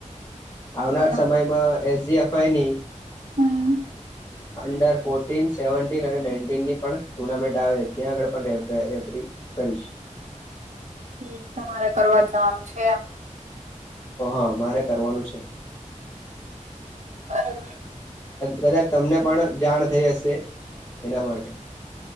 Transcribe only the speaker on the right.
અ
હમ.
ઠીક તમારે કરવા જવાનું છે એમ.
હા.